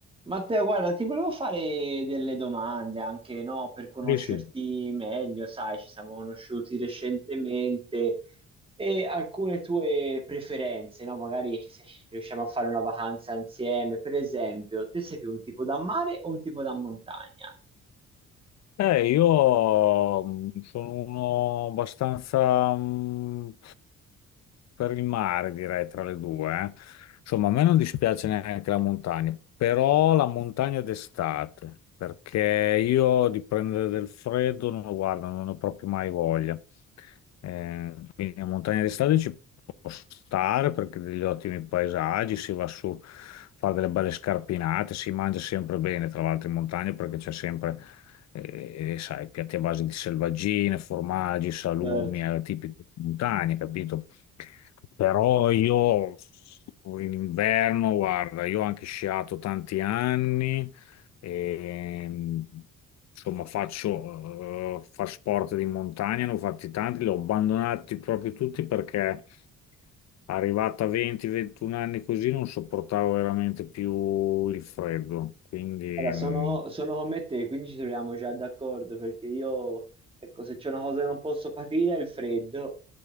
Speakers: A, on the right; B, on the left.
A: Matteo, guarda, ti volevo fare delle domande anche, no, per conoscerti
B: Sì, sì.
A: meglio, sai, ci siamo conosciuti recentemente e alcune tue preferenze, no? Magari se riusciamo a fare una vacanza insieme, per esempio, te sei più un tipo da mare o un tipo da montagna?
B: Eh, io mh, sono uno abbastanza mh, per il mare, direi, tra le due. eh. Insomma, a me non dispiace neanche la montagna, però la montagna d'estate, perché io di prendere del freddo non lo guardo, non ho proprio mai voglia. Eh, quindi la montagna d'estate ci può stare perché degli ottimi paesaggi, si va su, fa delle belle scarpinate, si mangia sempre bene, tra l'altro in montagna perché c'è sempre e, e sai, piatti a base di selvaggine, formaggi, salumi,
A: Certo.
B: eh, tipici di montagna, capito? Però io in inverno, guarda, io ho anche sciato tanti anni, e, insomma, faccio, eh, fa sport di montagna, ne ho fatti tanti, li ho abbandonati proprio tutti perché arrivata a 20-21 anni così non sopportavo veramente più il freddo. Quindi,
A: Allora, sono,
B: mm,
A: sono come te, quindi ci troviamo già d'accordo perché io, ecco, se c'è una cosa che non posso patire è il freddo,